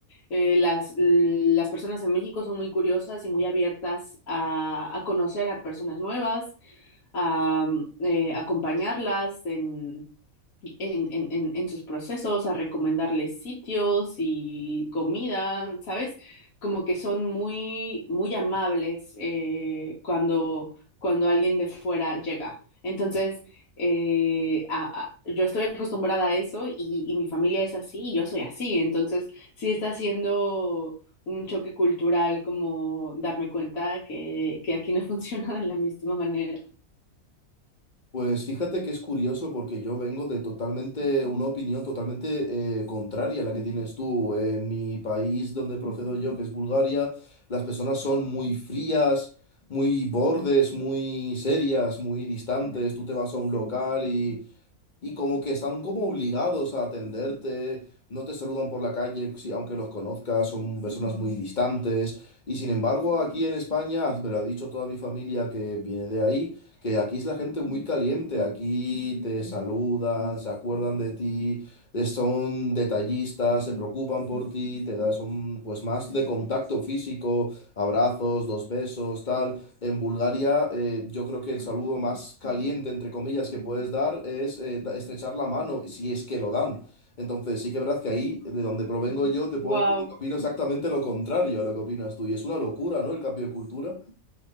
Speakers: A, on the left (about 75°); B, on the left (about 40°).
A: eh, las, las personas en México son muy curiosas y muy abiertas a, a conocer a personas nuevas, a mm, eh, acompañarlas en, en, en- en- en sus procesos, a recomendarles sitios y comida, ¿sabes? Como que son muy, muy amables eh, cuando, cuando alguien de fuera llega. Entonces, eh, a- a- yo estoy acostumbrada a eso y, y mi familia es así y yo soy así. Entonces, sí está siendo un choque cultural como darme cuenta que, que aquí no <laughs> funciona de la misma manera.
B: Pues fíjate que es curioso porque yo vengo de totalmente una opinión totalmente eh, contraria a la que tienes tú. En mi país donde procedo yo, que es Bulgaria, las personas son muy frías, muy bordes, muy serias, muy distantes. Tú te vas a un local y y como que están como obligados a atenderte, no te saludan por la calle, si- aunque los conozcas, son personas muy distantes. Y sin embargo, aquí en España, ah, me lo ha dicho toda mi familia que viene de ahí, que aquí es la gente muy caliente, aquí te saludan, se acuerdan de ti, eh, son detallistas, se preocupan por ti, te dan, son pues más de contacto físico, abrazos, dos besos, tal. En Bulgaria, eh, yo creo que el saludo más caliente, entre comillas, que puedes dar es eh, da- estrechar la mano, si es que lo dan. Entonces, sí que es verdad que ahí, de donde provengo yo, te puedo
A: Wow.
B: decir que opino exactamente lo contrario a lo que opinas tú. Y es una locura, ¿no? El cambio de cultura.